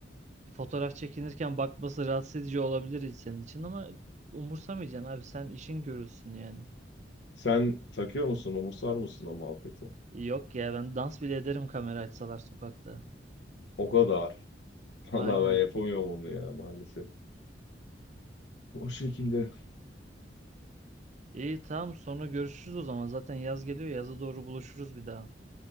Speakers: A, on the right; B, on the left.
A: fotoğraf çekinirken bakması rahatsız edici olabilir senin için ama umursamayacaksın abi sen işin görülsün yani.
B: Sen takıyor musun? Umursar mısın o muhabbeti?
A: Yok ya ben dans bile ederim kamera açsalar sokakta.
B: O kadar. <laughs>
A: Aynen.
B: Vallahi ben yapamıyorum onu ya maalesef. O şekilde.
A: İyi tamam sonra görüşürüz o zaman zaten yaz geliyor yaza doğru buluşuruz bir daha.